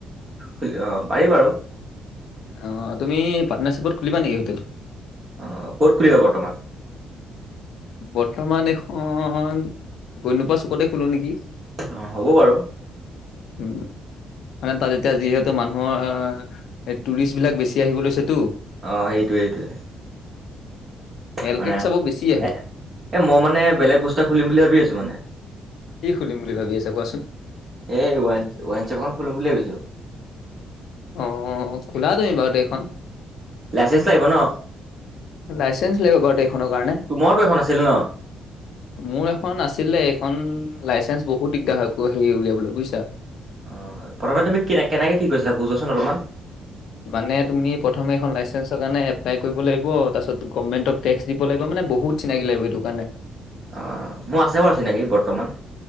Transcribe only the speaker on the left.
অ তুমি পাটৰ্নাৰশ্বিপত খুলিবা নেকি হোটেলখন-
বৰ্তমান এখন গৈনোপা চুকতে খোলো নেকি?
উম মানে তাত এতিয়া যিহেতু মানুহৰ টুৰিষ্টবিলাক বেছি আহিব লৈছেতো-
এল
কেক চাব বেছি আহে-
কি খুলিম বুলি ভাবি আছে কোৱাচোন।
অ খোলা তুমি বাৰু দেইখন।
লাইচেন্স লাগিব বাৰু এইখনৰ কাৰণে।
মোৰ এখন আছিলে এইখন উ লাইচেন্ঞ্চ বহুত দিগদাৰ হয় আকৌ হেৰি উলিয়াবলৈ বুইছা
মানে তুমি প্ৰথমে এখন লাইচেন্সৰ কাৰণে এ এপলাই কৰিব লাগিব তাৰপিছত গভমেণ্টক টেক্সদিব লাগিব মানে বহুত চিনাকি লাগিব সেইটো কাৰণে